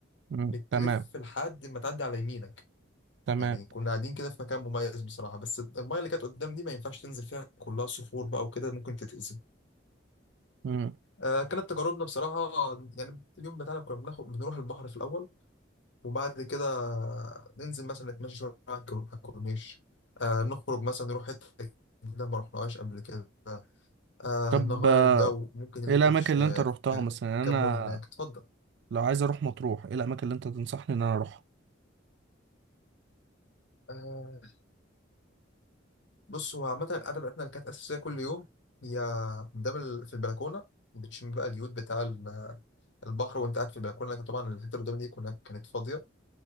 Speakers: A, on the right; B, on the left.
A: مم،
B: بتلف
A: تمام
B: لحد ما تعدي على يمينك
A: تمام
B: يعني كنا قاعدين كده في مكان مميز بصراحة بس المايه اللي كانت قدام دي ما ينفعش تنزل فيها كلها صخور بقى وكده ممكن تتأذي
A: مم.
B: آه كانت تجاربنا بصراحة يعني اليوم بتاعنا كنا بناخد بنروح البحر في الأول وبعد كده ننزل مثلا نتمشى شوية على الكرو- على الكورنيش آه نخرج مثلا نروح حتة جديدة ما رحناهاش قبل كده آه
A: طب
B: نغير
A: آه،
B: جو ممكن نلف
A: ايه الاماكن
B: في, ش...
A: اللي
B: آه
A: انت روحتها
B: في
A: مثلا يعني
B: في كام
A: انا
B: مول هناك اتفضل
A: لو عايز اروح مطروح ايه الاماكن اللي انت تنصحني ان انا اروحها
B: آه بص هو عامة قاعدة بتاعتنا اللي كانت أساسية كل يوم هي قدام ال- في البلكونة بتشم بقى اليود بتاع ال- البحر وأنت قاعد في البلكونة لكن طبعا الحتة اللي قدام دي كنا- كانت فاضية